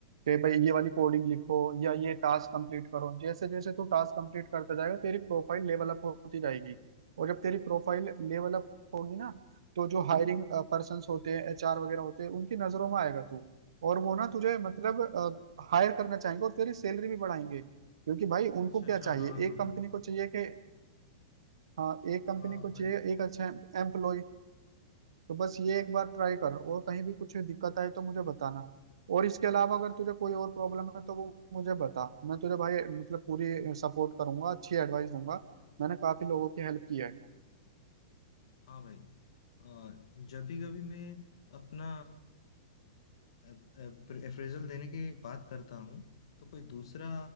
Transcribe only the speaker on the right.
कि भाई ये वाली कोडिंग लिखो या ये टास्क कंप्लीट करो जैसे जैसे तू टास्क कंप्लीट करता जाएगा तेरी प्रोफाइल लेवल अप होती जाएगी और जब तेरी प्रोफाइल लेवल अप होगी ना तो जो हायरिंग पर्सन होते हैं एचआर वगैरह होते हैं उनकी नजरों में आएगा तू और वो ना तुझे मतलब हायर करना चाहेंगे और तेरी सैलरी भी बढ़ाएंगे क्योंकि भाई उनको
क्या
चाहिए
एक कंपनी
को चाहिए कि हाँ एक कंपनी
को चाहिए
एक अच्छा एम्प्लॉय तो बस ये एक बार ट्राई कर और कहीं भी कुछ दिक्कत आए तो मुझे बताना और इसके अलावा अगर तुझे कोई और प्रॉब्लम है तो वो मुझे बता मैं तुझे भाई मतलब पूरी सपोर्ट करूंगा अच्छी एडवाइस दूंगा मैंने काफी लोगों की हेल्प की